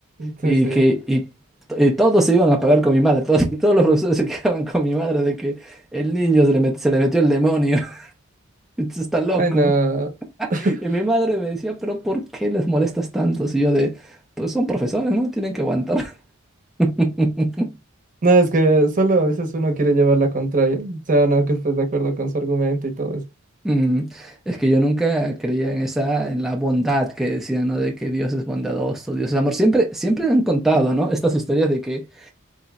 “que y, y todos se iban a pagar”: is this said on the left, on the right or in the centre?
Centre